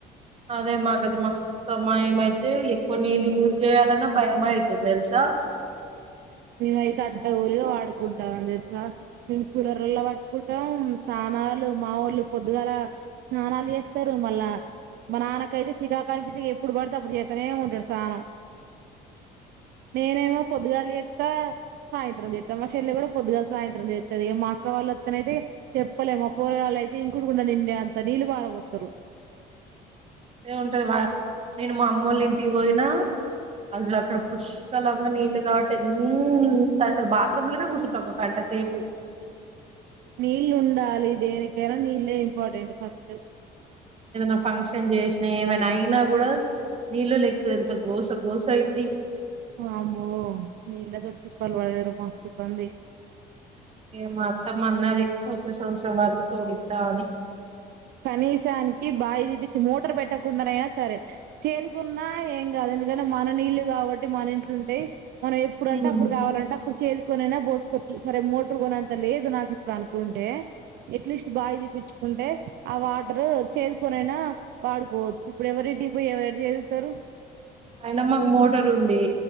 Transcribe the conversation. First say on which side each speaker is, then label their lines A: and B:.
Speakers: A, on the right; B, on the right.
A: అదే మగదు మస్ మొత్తమైతే ఎక్కువ నీళ్ళు యూజ్ చేయాలన్నా భయమ అవుతుంది తెలుసా
B: మేమైతే అడ్డ
A: మోస్తె
B: ఊరిగ వాడుకుంటాం అ తెల్సా మేము కూలర్లో పట్టుకుంటాం స్నానాలు మావళ్ళు పొద్దుగాల స్నానాలు చేస్తారు మళ్ళా మా నాన్న <unintelligible> చి ఎప్పుడు పడితే అప్పుడు చేతనే ఉంటాడు స్హనం నేనేమో పొదగాలి <unintelligible> అత్త సాయంత్రం చేస్తాం మా చెల్లె కూడ పొద్దుగాల సాయంత్రం చేస్తుది మా అక్క వాళ్ళు అత్తన అయితే చెప్పలేమ పోరగాళ్లు అయితే ఇండు కూడాండ నిన్నే అంత నీళ్ళు బారవదురు
A: <unintelligible> ఉంటది వా నేను మా అమ్మ ఒళ్ళ ఇంటికి పోయినా అసలు అక్కడ పుష్కలంగా నీళ్లు కాబట్టి ఎంత అసలు బాత్రూమ్ లోనే కుసుంట గంటసేపు
B: నీళ్లు ఉండాలి దేనికైనా నీళ్ళే ఇంపార్టెంట్ ఫస్ట్
A: ఏదనా ఫంక్షన్ చేసినా ఏమైనా అయినా కూడా నీళ్ళు లే <unintelligible> ఎంత గోస గోస అయిది
B: అమ్మో నీళ్ళతోటి ఇబ్బంది పడడము మస్త్ ఇబ్బంది
A: మా అత్తమా అన్నది వచ్చే సంవత్సరం వరకు చూడిద్దా అని
B: కనీసానికి బావి తీపించి మోటార్ పెట్టకుండనయినా సరే చేదుకున్నా ఏం కాదు ఎందుకంటే మన నీళ్ళు కాబట్టి మన ఇంట్లుంటే మనం ఎప్పుడు
A: అని
B: అంటే అప్పుడు కావాలంటే అప్పుడు చే కొనైనా పోసుకోవచ్చు సరే మోటర్ కొనేంత లేదు నాకు ఇప్పుడు అనుకుంటే ఎట్లీస్ట్ బావి తీపిచ్చుకుంటే ఆ వాటర్ చేదుకొనైనా వాడుకోవచ్చు ఇప్పుడు ఎవరింటి పోయి ఎవరు చేదుతారు
A: అయిన మాకు మోటర్ ఉంది